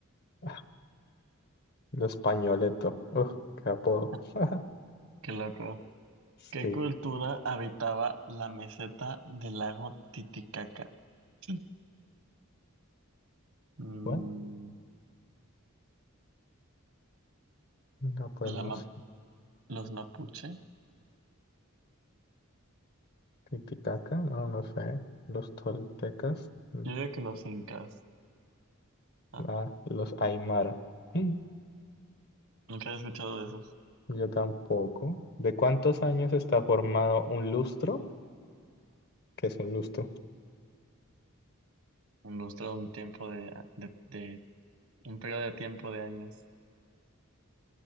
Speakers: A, on the left; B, on the right.
A: Ah, Lo Españoleto. Uf, qué apodo.
B: <laughs>
A: <laughs>
B: Qué loco.
A: Sí.
B: ¿Qué cultura habitaba la meseta del lago Titicaca? <clears throat> Mm,
A: Bueno, no, pues no
B: la ma-
A: sé.
B: los mapuche.
A: Titicaca, no, no sé. Los toltecas, mm,
B: Yo digo que los incas. Ah,
A: nada. Los aymara. Mm,
B: nunca había escuchado de esos.
A: Yo tampoco. ¿De cuántos años está formado un lustro? ¿Qué es un lustro?
B: Un lustro, un tiempo de, de, de- un periodo de tiempo de años.